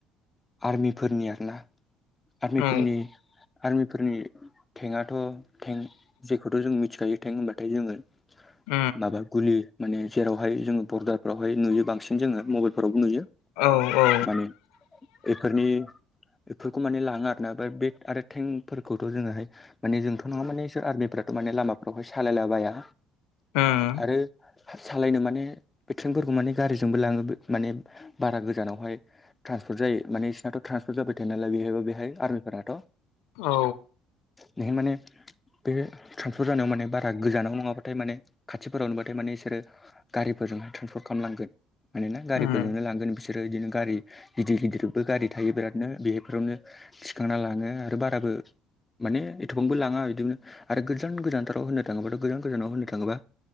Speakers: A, on the left (about 20°); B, on the left (about 80°).
A: आर्मिफोरनि आरोना आर्मिफोरनि
B: औ
A: आर्मिफोरनि थेंआथ' थें जेखौथ' जों मिथिखायो थें होमबाथाय जोङो
B: उम
A: माबा गुलि माने जेरावहाय जोङो बरदारफ्रावहाय नुयो बांसिन जोङो मबाइलफोरावबो नुयो।
B: औ औ
A: माने इफोरनि एफोरखौ माने लाङो आरोना ओफाय बे आरो थटेंकफोरखौथ' जोङोहाय माने जोंथ' नङा माने बिसोर आर्मिफ्राथ' माने लामाफोरावहाय सालायला बाया
B: उम
A: आरो सालायनो माने बे ट्रेनफोरखौ माने गारिजोंबो लाङो माने बारा गोजानावहाय ट्रान्सफर्ट जायो माने इससिनाथ' ट्रान्सफर्ट जाबाय थायो नालाय बेहायबो बेहाय आर्मिफोरनाथ'
B: औ
A: नेहाय माने बे ट्रान्सफर जानायाव माने बारा गोजानाव नङाबाथाय माने खाथि फोरावनो बाथाय माने बिसोरो गारिफोरजों हाय ट्रेन्सपर्ट खालाम लांगोन। मानोना गारिफोरजोंनो
B: उम
A: लांगोन बिसोरो इदिनो गारि गिदिर गिदिर बो गारि थायो बिरादनो बेहायफोरावनो थिखांना लाङो आरो बाराबो माने एथबांबो लाङा बिदिनो आरो गोजान गोजानथाराव होनो थाङोबा गोजान गोजानाव होननो थाङोबा